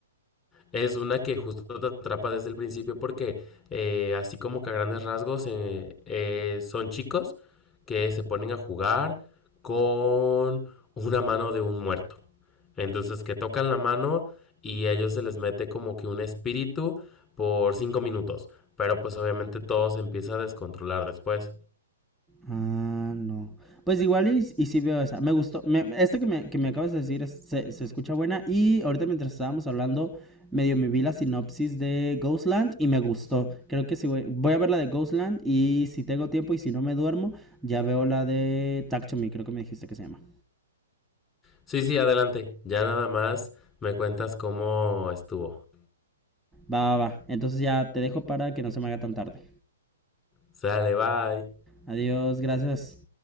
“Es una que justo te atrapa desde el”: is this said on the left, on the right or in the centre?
Left